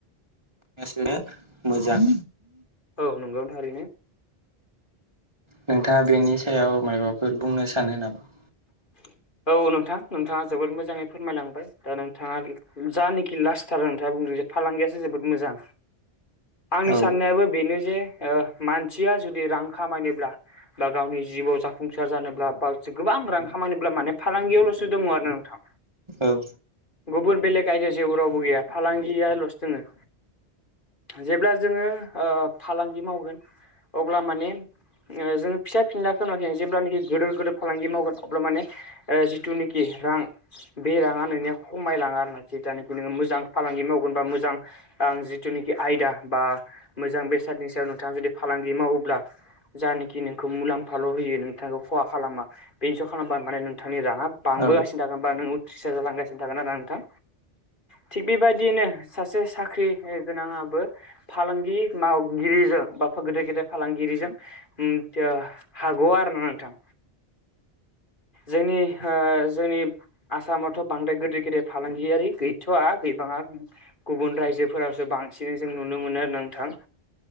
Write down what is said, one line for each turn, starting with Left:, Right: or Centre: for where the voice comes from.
Right: गासिनो मोजां।
Left: औ नंगौ थारैनो।
Right: नोंथांङा बेनि सायाव मायाबाफोर बुंनो सानो नामा?
Left: <inaudible> औ नोंथां नोंथांङा जोबोद मोजाङै फोरमायलांबाय दा नोंथांङा जानोखि लास्टथार नोंथांङा बुंदों जे फालांगियासो जोबोद मोजां आंनि
Right: औ
Left: साननायाबो बेनो जे ओ मानसिया जुदि रां खामायनोब्ला बा गावनि जिउआव जाफुंसार जानोब्ला बावो गोबां रां खामानोब्ला माने फालांगियावल'सो दङ आरो नोंथां।
Right: ओं
Left: गुबुन बेलेग आयदाया जेबो रावबो गैया फालांगियाल'सो दोङो। जेब्ला जोंङो ओ फालांगि मावगोन। अब्ला माने जोंङो ओ फिसा फिनलाखनानै जेब्लानाखि गिदोर गोिदोर फालांगि मावगोन। अब्ला माने ओ जिथु खि रां बे राङा नोंनिया खमायलाङा आरो जेथानखि नोङो मोजां फालांगि मावगोन बा मोजां आं जिथुनाखि आयदा बा मोजां बेसादनि सायाव नोंथाङा जुदि फालांगि मावोब्ला। जानाखि नोंखौ मुलाम्फाल' होयो नोंथांखौ खहा खालामा। बे इन्सर खालामबा माने नोंथांनि राङा बांबोगानो
Right: औ
Left: होनबा नों थ्रिस हाजार लांगासिनो थागोन आरोा नोंथां थिग बेबायदियैनो सासे साख्रि गोनाङाबो। फालांगि मावगिरिजों बा गेदेर गेदेर फालांगिरिजों ओम थिया हागौ आरो ना नोंथां। जोंनि हो जोंनि आसामावथ' बांद्राय गेदर गेदेर फालांगियारि गैथ'आ गैबाङा। गुबुन रायजोफोरावसो बांसिनै जों नुनो मोनो आरो नोंथां।